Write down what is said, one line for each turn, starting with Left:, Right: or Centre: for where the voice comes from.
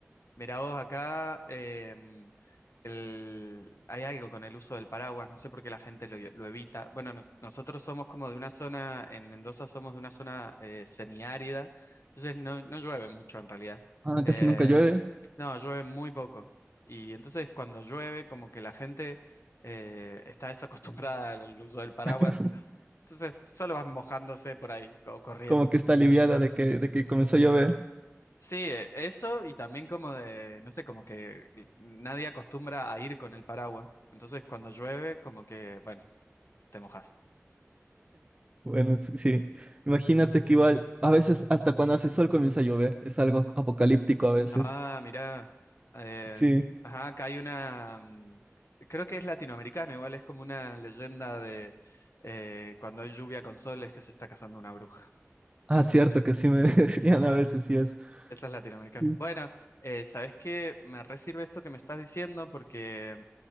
Left: mirá vos acá, em, el- hay algo con el uso del paraguas, no sé por qué la gente lo, lo evita. Bueno, nos- nosotros somos como de una zona, en Mendoza somos de una zona eh, semiárida, entonces no, no llueve mucho en realidad.
Right: Ah,
Left: Eh,
Right: casi nunca llueve,
Left: no, llueve muy poco. Y entonces cuando llueve, como que la gente eh, está desacostumbrada al uso del paraguas,
Right: <laughs>
Left: entonces solo van mojándose por ahí o corriendo.
Right: como que está aliviada de que, de que comenzó a llover.
Left: Sí, e- eso y también como de, no sé, como que nadie acostumbra a ir con el paraguas. Entonces cuando llueve, como que, bueno, te mojas.
Right: Bueno, sí, sí. Imagínate que igual a veces hasta cuando hace sol comienza a llover, es algo apocalíptico a veces.
Left: Ah, mirá. eh,
Right: Sí,
Left: ajá, acá hay una, mm, creo que es latinoamericano, igual es como una leyenda de eh, cuando hay lluvia con sol es que se está casando una bruja.
Right: ah, cierto que sí me <laughs> decían
Left: Ajá,
Right: a veces, sí es.
Left: eso es latinoamericano.
Right: Sí.
Left: Bueno, eh, ¿sabés qué? Me re sirve esto que me estás diciendo porque